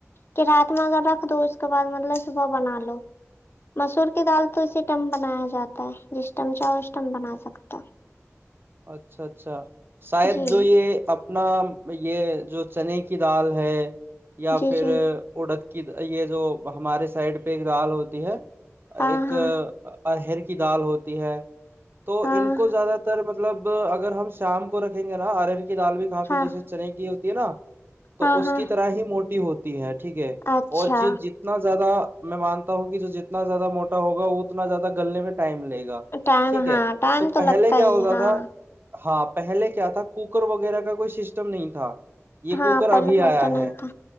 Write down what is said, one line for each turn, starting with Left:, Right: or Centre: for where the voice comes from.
Left: کہ رات میں اگر رکھ دو اس کے بعد مطلب صبح بنا لو مسور کی دال تو اسی ٹم بنایا جاتا ہے جشٹم چ اوشٹم بنا سکتا
Right: اچھا اچھا شاید
Left: جی
Right: جو یہ اپنا یہ جو چنے کی دال ہے یا
Left: جی
Right: پھر
Left: جی
Right: اڑد کہ یہ جو ہمارے سائڈ پہ ایک دال ہوتی ہے
Left: ہاں
Right: ایکر
Left: ہاں
Right: کی دال ہوتی ہے تو
Left: ہاں
Right: ان کو زیادہ تر مط مطلب اگر ہم شام کو رکھیں گے نا ار کی دال بھی کافی
Left: ہاں
Right: جیسے چنے گی تی نا تو
Left: ہاں
Right: اس
Left: ہاں
Right: کی طرح ہی موٹی ہوتی ہے ٹھیک ہے
Left: اچھا
Right: اور ج جتنا زیادہ میں مانتا ہوں کہ جو جتنا زیادہ موٹا ہوا اتنا زیادہ گلنے میں ٹائم <unintelligible> لے گا
Left: ٹائم
Right: ٹھیک ہے
Left: ہاں ٹائم
Right: تو پہلے
Left: لگتا
Right: کیا
Left: ہی
Right: ہوتا
Left: ہاں
Right: تھا <unintelligible> تھا ہاں <unintelligible> پہلے کیا تھا کوکر وغیرہ کا کوئی سسٹم نہیں تھا <unintelligible> یہ
Left: ہاں
Right: کوکر
Left: پہلے
Right: ابھی آیا
Left: وہ تو
Right: ہے
Left: نہیں تھا